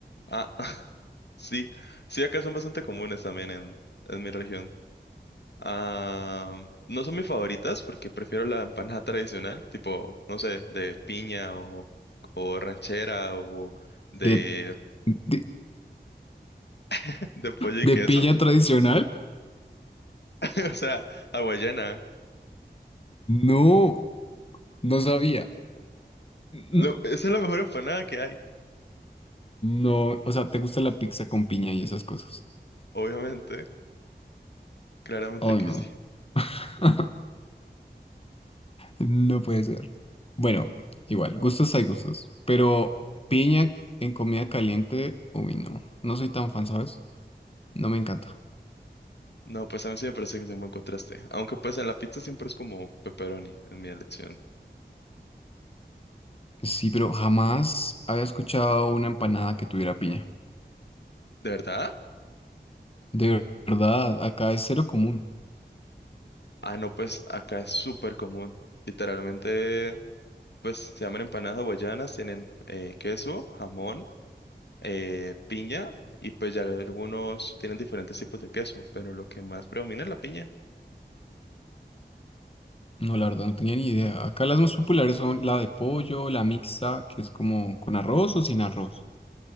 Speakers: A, on the left (about 80°); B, on the left (about 35°).
A: Ah, <laughs> sí, sí, acá son bastante comunes también en, en mi región. Ah, no son mis favoritas porque prefiero la empanada <laughs> tradicional, tipo, no sé, de piña o, o ranchera o de,
B: ¿De, de,
A: <laughs> de pollo y
B: de
A: queso.
B: piña tradicional?
A: <laughs> O sea, hawaiana.
B: No, no sabía. Mm,
A: Lo- esa es la mejor empanada que hay,
B: No, o sea, ¿te gusta la pizza con piña y esas cosas?
A: obviamente. Claramente
B: Oh,
A: que
B: no.
A: sí.
B: <laughs> No puede ser. Bueno, igual, gustos hay gustos. Pero piña en comida caliente, uy, no. No soy tan fan, ¿sabes? No me encanta.
A: No, pues a mí sí me parece que es un buen contraste. Aunque pues en la pizza siempre es como pepperoni, en mi elección.
B: Sí, pero jamás había escuchado una empanada que tuviera piña.
A: ¿De verdad?
B: De verdad, acá es cero común.
A: Ah, no, pues acá es súper común. Literalmente. Pues se llaman empanadas hawaianas, tienen eh, queso, jamón, eh, piña y pues ya algunos tienen diferentes tipos de queso, pero lo que más predomina es la piña.
B: No, la verdad no tenía ni idea. Acá las más populares son la de pollo, la mixta, que es como con arroz o sin arroz,